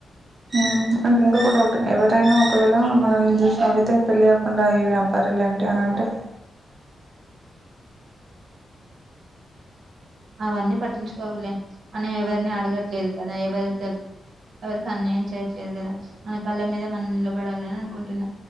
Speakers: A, on the right; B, on the right.
A: ఉమ్ నాకు ఇంకొక డౌట్ ఎవరైనా ఒకవేళ మనల్ని చూసిన నవ్వితే పెళ్ళి కాకుండా ఈ వ్యాపారాలలేంటి అలా అంటే
B: అవన్నీ పటించుకోకులే మనం ఎవరిని అడగట్లేదు తన ఎవరి దగ్ ఎవరికి అన్య చేయట్లేదు కదా మన కళ్ళ మీద మనం నిలబడాలని అని అనుకుంటున్నా